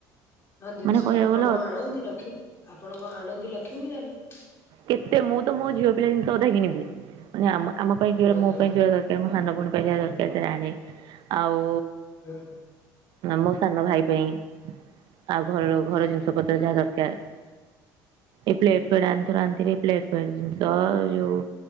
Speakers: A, on the left; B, on the right.
A: ଆଉ ଜିନିଷ
B: ମାନେ କହିବାକୁ
A: ଆପଣ
B: ଗଲେ
A: କଣ ଆଣନ୍ତି। ଆପଣ କଣ ଆଣନ୍ତି ଲକ୍ଷ୍ମୀ ପୂଜାରୁ?
B: କେତେ? ମୁଁ ତ ମୋ ଝିଅ ପିଲା ଜିନିଷ ଅଧା କିିଣିବି। ମାନେ ଆମ ଆମ ପାଇଁ କିଣିବି,
A: ହଁ
B: ମୋ
A: ହଁ
B: ପାଇଁ କିଣିବାର ତ ମୁଁ ସାନ ଭଉଣୀ ପାଇଁ ଯାହା ଦରକାର ସେଟା ଆଣେ। ଆଉ
A: ହୁଁ
B: ଆ, ମୋ ସାନ ଭାଇ ପାଇଁ। ଆଉ ଘରୁ
A: ହୁଁ
B: ଘର
A: ହୁଁ
B: ଜିନିଷ ପତ୍ର ଯାହା ଦରକାର। ଏ ପ୍ଲେଟ
A: ହୁଁ
B: <unintelligible> ଆଣିଥ ଆଣି ଏ ପ୍ଟ ଜିନିଷ ଯୋଉ